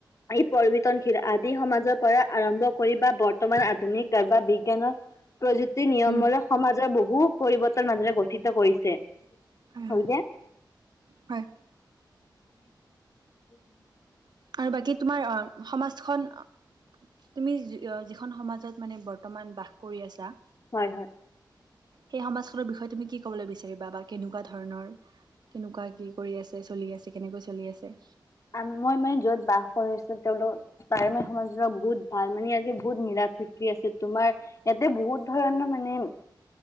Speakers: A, on the left (about 40°); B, on the right (about 65°).
A: ই পৰিৱৰ্তনশীল আদি সমাজৰ পৰা আৰম্ভ কৰি বা বৰ্তমান আধুনিক নাইবা বিজ্ঞানৰ- প্ৰযুক্তিৰ নিয়মবোৰো
B: উম
A: সমাজৰ বহু পৰিৱৰ্তন মানুহে গঠিত কৰিছে।
B: উম
A: হয় যে
B: হয়।
A: <unintelligible> <inaudible>
B: আৰু বাকী তোমাৰ অ সমাজখন অ তুমি যিখন সমাজত মানে বৰ্তমান বাস কৰি আছা।
A: হয় হয়।
B: সেই সমাজখনৰ বিষয়ে তুমি কি ক'বলে বিচাৰিবা বা কেনেকুৱা ধৰণৰ। কেনেকুৱা কি কৰি আছে চলি আছে কেনেকৈ চলি আছে।
A: আ মই মানে য'ত বাস কৰিছো তেওঁলোকৰ প্ৰায় সমাজৰ বহুত ভাল মানে আজি বহুত মিলা প্ৰীতি আছে তোমাৰ ইয়াতে বহুত ধৰণৰ মানে